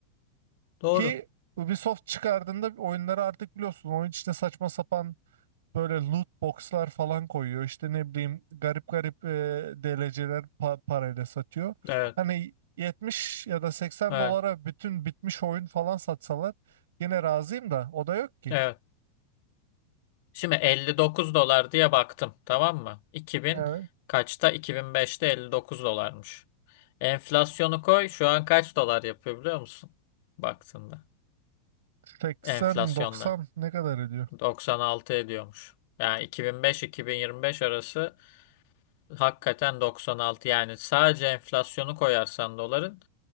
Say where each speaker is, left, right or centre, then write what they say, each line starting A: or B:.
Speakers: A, on the left (about 45°); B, on the right (about 60°).
A: Doğru.
B: Ki Ubisoft çıkardığında oyunları artık biliyorsun oyun içine saçma sapan böyle loot boxlar falan koyuyor. İşte ne bileyim garip garip e, DLC'ler pa- parayla satıyor.
A: Evet.
B: Hani 70 ya da 80
A: Evet.
B: dolara bütün bitmiş oyun falan satsalar yine razıyım da o da yok ki.
A: Evet. Şimdi 59 dolar diye baktım. Tamam mı? iki bin
B: Evet.
A: kaçta? iki bin beşte 59 dolarmış. Enflasyonu koy. Şu an kaç dolar yapıyor biliyor musun? Baktığında.
B: 80-90
A: Enflasyonla.
B: ne kadar ediyor?
A: doksan altı ediyormuş. Yani iki iki bin beş-iki bin beş yirmi beş arası hakikaten 96. Yani sadece enflasyonu koyarsan doların